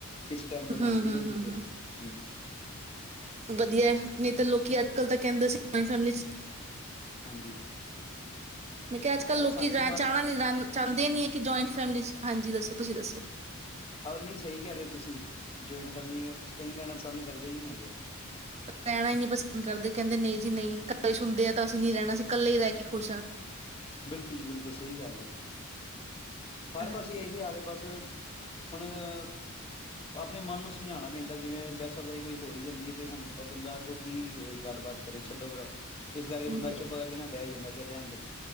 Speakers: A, on the left; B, on the right.
A: ਕਿਸੇ ਟਾਈਮ ਬਣਾ
B: ਹੂੰ-ਹੂੰ-ਹੂੰ
A: ਵੀ ਲੈਂਦੀ
B: -ਹੂੰ,
A: ਹੈ। ਹੂੰ
B: ਵਧੀਆ। ਨਹੀਂ ਤਾਂ ਲੋਕੀ ਕਲ ਤੇ ਕਹਿੰਦਾ ਸੀ ਜਇੰਟ ਫੈਮਲੀ ਚ
A: ਹਾਂਜੀ
B: ਮੈਂ ਕਿਹਾ ਅੱਜ ਕੱਲ੍ਹ ਲੋਕੀ
A: ਸਾਨੂੰ
B: ਰ
A: ਵੀ ਮਾੜਾ
B: ਚਾਹਣਾ ਨੀ ਰ ਦੇਨ ਕਿ ਜੁਆਇੰਟ ਫੈਮ ਹਾਂਜੀ ਦੱਸੋ ਤੁਸੀਂ ਦੱਸੋ।
A: ਆਹ ਨਹੀਂ ਸਹੀ ਕਹਿ ਰਹੇ ਤੁਸੀਂ ਜੁਆਇੰਟ ਫੈਮਲੀ ਕਈ ਰਹਿਣਾ ਪਸੰਦ ਕਰਦੇ ਹੀ ਨਹੀਂ ਹੈਗੇ।
B: ਰਹਿਣਾ ਹੀ ਨੀ ਨਹੀਂ ਪਸੰਦ ਕਰਦੇ ਕਹਿੰਦੇ ਨਹੀਂ ਜੀ ਨਹੀਂ ਗਲ ਸੁਣਦੇ ਆ ਤਾਂ ਅਸੀਂ ਨਹੀਂ ਰਹਿਣਾ, ਅਸੀਂ ਇਕੱਲੇ ਹੀ ਰਹਿ ਕੇ ਖੁਸ਼ ਹਾਂ।
A: ਬਿਲਕੁਲ ਜੀ ਬਿਲਕੁਲ ਸਹੀ ਗੱਲ ਹੈ। ਹਰ
B: ਹਾਂਜੀ,
A: ਪਾਸੇ ਇਹੀ ਆਲਲੇ ਪਾਸ ਹੁਣ ਅ ਆਪਣੇ ਮਨ ਨੂੰ ਸਮਝਾਉਣਾ ਪੈਂਦਾ ਜਿਵੇਂ ਬਹਿ ਸਕਦਾ ਹੀ ਕੋਈ ਹੋਈ ਜਾਂਦੀ ਹੈ ਤੇ ਹੁਣ ਬੰਦਾ ਅੱਗੋਂ ਕੀ ਗੱਲਬਾਤ ਕਰੇ ਛੱਡੋ ਪਰਾ ਇਸ ਕਰਕੇ ਬੰਦਾ
B: ਨਹੀਂ
A: ਚੁੱਪ ਕਰਕੇ ਨਾ ਬਹਿ ਹੀ ਜਾਂਦਾ ਚਲ ਰਹਿਣ ਦੇ